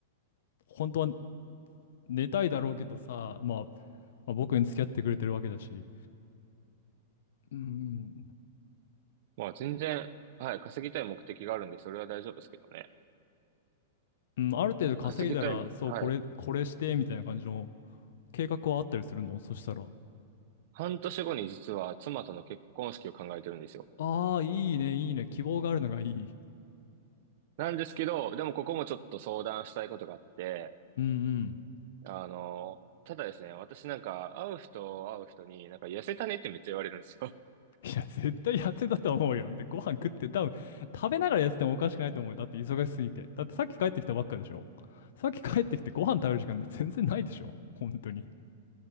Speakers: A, on the left; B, on the right.
A: 本当は寝たいだろうけどさ、まあ、まあ、僕に付き合ってくれてるわけだし。うん、
B: まあ、全然、はい、稼ぎたい目的があるんで、それは大丈夫ですけどね。
A: うん、ある程度稼いだら、
B: 稼ぎたい、
A: そう、
B: はい。
A: これ、これして、みたいな感じの計画はあったりするのそしたら。
B: 半年後に実は妻との結婚式を考えてるんですよ。
A: ああ、いいね、いいね、希望があるのがいい。
B: なんですけど、でもここもちょっと相談したいことがあって、
A: うんうん。
B: あの、ただですね、私なんか会う人会う人になんか痩せたねってめっちゃ言われるんですよ。<laughs>
A: いや、絶対やってたと思うよ。で、ご飯食って、多分食べながらやっててもおかしくないと思うよ。だって忙しすぎて。だってさっき帰ってきたばっかでしょ。さっき帰ってきてご飯食べる時間って全然ないでしょ。本当に。